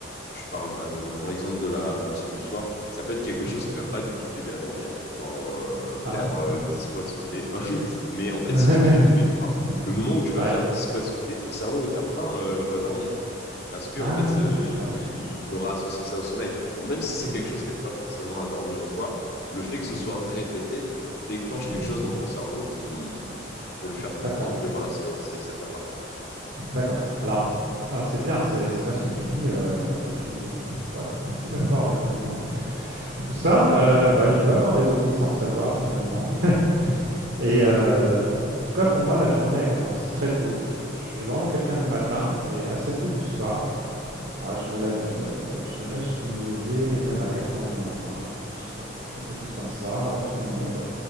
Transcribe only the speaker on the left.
je parle, euh, je prends l'exemple de la routine du soir, ça peut être quelque chose
qui va pas du tout t'aider à dormir, genre euh,
faire
euh, 10 squats sautés. <laughs> Mais en fait,
si tu le fais tous les soirs, le moment où tu vas
faire 10 squats sautés, ton cerveau va faire Tain, euh, je dois dormir. Parce que
en fait, euh,
il, il- il aura associé ça au sommeil. Donc même si c'est
quelque chose qui n'aide pas forcément à dormir ou quoi, le fait que ce
soit répété déclenche
quelque chose dans ton cerveau qui pour lui faire comprendre
que voilà, c'est c'est cette heure-là.